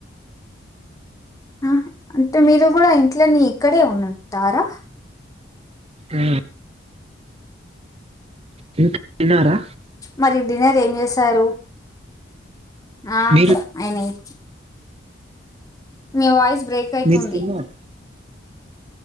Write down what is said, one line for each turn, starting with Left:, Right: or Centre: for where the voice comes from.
Left: ఆ అంటే మీరు కూడా ఇంట్లని ఇక్కడే ఉంటారా
Right: ఆ మీనారా
Left: మరి డిన్నర్ ఏం చేశారు ఆ
Right: మీరు
Left: అయినయి మీ వాయిస్ బ్రేక్ అయితుంది
Right: మీరు తిన్నారా